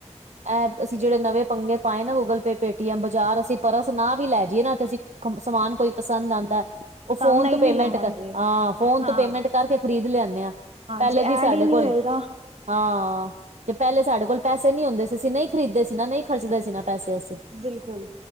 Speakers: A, on the right; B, on the right.
A: ਹੈ ਅਸੀਂ ਜਿਹੜੇ ਨਵੇਂ ਪੰਗੇ ਪਾਏ ਨਾ ਗੂਗਲ ਪੇਟੀਐਮ ਬਾਜ਼ਾਰ ਅਸੀਂ ਪਰਸ ਨਾ ਵੀ ਲੈ ਜਾਈਏ ਨਾ ਅਸੀਂ ਸਮਾਨ ਕੋਈ ਪਸੰਦ ਆਉਂਦਾ ਉਹ ਫੋਨ
B: ਤਾਂ ਨਹੀਂ
A: ਤੋਂ ਪੇਮੈਂਟ
B: ਵੀ ਲਵਾਂਗੇ
A: ਕਰ ਹਾਂ ਫੋਨ
B: ਹਾਂ
A: ਤੋਂ ਪੇਮੈਂਟ ਕਰ ਕੇ ਖਰੀਦ ਲਿਆਦੇ ਹਾਂ ਪਹਿਲੇ
B: ਜੇ
A: ਜੀ
B: ਐਡ
A: ਸਾਡੇ
B: ਹੀ ਨਹੀਂ
A: ਕੋਲ
B: ਹੋਏਗਾ
A: ਹਾਂ ਤੇ ਪਹਿਲੇ ਸਾਡੇ ਕੋਲ ਪੈਸੇ ਨੀ ਹੁੰਦੇ ਸੀ ਅਸੀਂ ਨਹੀਂ ਖਰੀਦਦੇ ਸੀ ਨਾ ਨਹੀਂ ਖਰਚਦੇ ਸੀ ਨਾ ਪੈਸੇ ਅਸੀਂ
B: ਬਿਲਕੁਲ